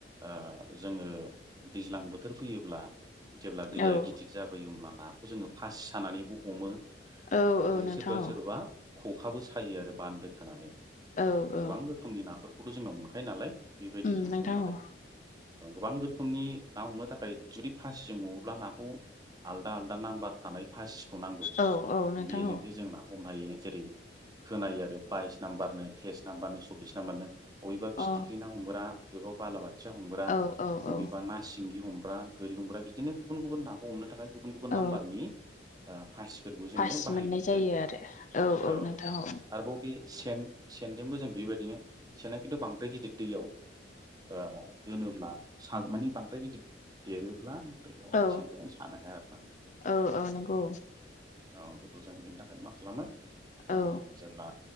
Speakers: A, on the right (about 20°); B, on the left (about 40°).
A: ओ जोङो दैज्लां बोथोर फैयोब्ला जेब्ला दैया
B: औ
A: गिदिर जाबोयो होमब्ला नाखौ जोङो फासि सानानैबो हमो।
B: औ
A: आरो
B: औ नोंथां
A: सोरबा
B: औ
A: सोरबा खखाबो सायो आरो बान्दो खोनानै
B: औ औ
A: गोबां रोखोमनि नाफोरखौथ' जोंनाव मोनखायो नालाय। बेबायदि
B: उम
A: जों
B: नोंथां
A: हमनो
B: औ
A: हायो। गोबां रोखोमनि ना हमनो थाखाय जुदि फासिजों हमोब्ला नाखौ आलदा आलदा नाम्बार थानाय फासिखौ नांगौ
B: औ औ नोंथां
A: बेजोंसो
B: औ
A: जोंना हम हायो जेरै खोनायो आरो बाइस नाम्बार, तेस नाम्बारनो, सब्बिस नाम्बारनो अबेबा फिथिख्रि
B: औ अ
A: ना हमग्रा, बबेबा बालाबाथिया हमग्रा,
B: औ औ औ
A: अबेबा ना सिंगि हमग्रा ग्रा गोरि हमग्रा बिदिनो गुबुन गुबुन नाखौ हमनो थाखाय गुबुन गुबुन
B: औ
A: नाम्बारनि फासिफोरखौ
B: पास
A: जोङो बाहायनाय
B: मोननाय जायो
A: जायो
B: आरो
A: औ
B: नोंथां औ
A: आरोबाव बे सेन सेनजोंबो जों बेबायदिनो सेनना खिन्थु बांद्राय गिदिर दैयाव ओ दोनोब्ला साल माने बांद्राय गिदिर देरोब्ला बेयावहाय
B: औ
A: सेनखौ जों सानो हाया आरोना।
B: औ औ नोंगौ।
A: औ बेखौ जों बेनि थाखायनो मा खालामो
B: औ
A: ओ जेब्ला